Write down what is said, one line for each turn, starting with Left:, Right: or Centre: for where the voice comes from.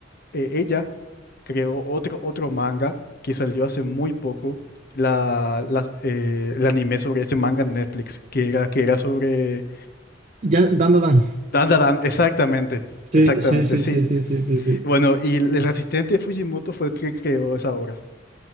Left: eh, ella creó otro, otro manga que salió hace muy poco, la, la- eh, el anime sobre ese manga en Netflix, que era, que era sobre...
Right: Ya, Dan, Dan. Dan.
Left: Dan, Dan, Dan, exactamente,
Right: Sí,
Left: exactamente,
Right: sí, sí,
Left: sí.
Right: sí, sí, sí, sí, sí.
Left: Bueno, y el asistente de Fujimoto fue el que creó esa obra.